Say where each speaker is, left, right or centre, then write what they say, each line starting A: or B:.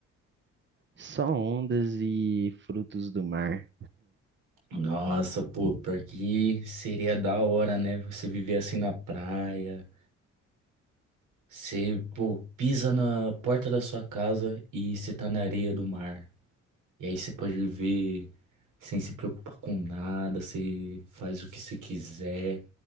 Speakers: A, on the right; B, on the right.
A: Só ondas e frutos do mar.
B: Nossa, pô, pior que seria da hora, né? Você viver assim na praia. Você, pô, pisa na porta da sua casa e você tá na areia do mar. E aí você pode viver sem se preocupar com nada, você faz o que você quiser.